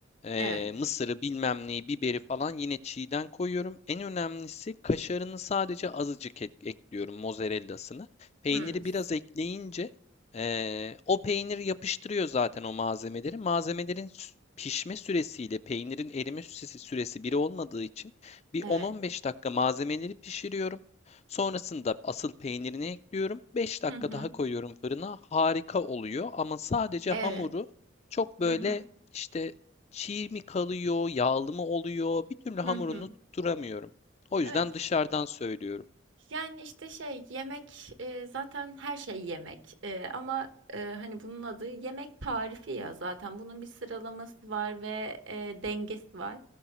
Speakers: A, on the left; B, on the right.
A: Ee,
B: Evet.
A: mısırı bilmem neyi biberi falan yine çiğden koyuyorum. En önemlisi kaşarını sadece azıcık ek- ekliyorum mozzarellasını. Peyniri
B: Hı. s-
A: biraz ekleyince ee, o peynir yapıştırıyor zaten o malzemeleri. Malzemelerin sü- pişme süresiyle peynirin erime sü- süresi biri olmadığı için bir
B: Evet.
A: 10-15 dakika malzemeleri pişiriyorum. Sonrasında asıl peynirini ekliyorum. 5 dakika
B: Hı hı.
A: daha koyuyorum fırına. Harika oluyor ama sadece
B: Evet.
A: hamuru çok böyle
B: Hı hı.
A: işte çiğ mi kalıyor, yağlı mı oluyor bir türlü
B: Hı
A: hamurunu
B: hı.
A: tutturamıyorum. O yüzden
B: Evet.
A: dışarıdan söylüyorum.
B: Yani, işte, şey, yemek, eee, zaten her şey yemek, eee, ama, eee, hani, bunun adı yemek tarifi ya zaten. Bunun bir sıralaması var ve, eee, dengesi var.